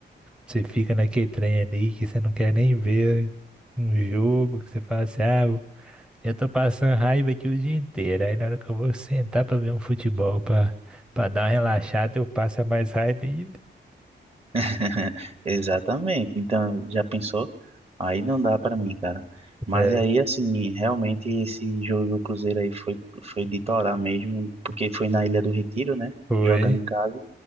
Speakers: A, in the centre; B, on the right.
A: você fica naquele trem ali que você não quer nem ver um jogo, que você fala assim, ah, Eu tô passando raiva aqui o dia inteiro. Aí na hora que eu vou sentar pra ver um futebol, pra, pra dar uma relaxada, eu passo a mais raiva ainda.
B: <laughs> Exatamente. Então, já pensou? Aí não dá pra mim, cara. Mas
A: É,
B: aí, assim, realmente esse jogo do Cruzeiro aí foi, foi de torar mesmo, porque foi na Ilha do Retiro, né?
A: foi.
B: Jogando em casa.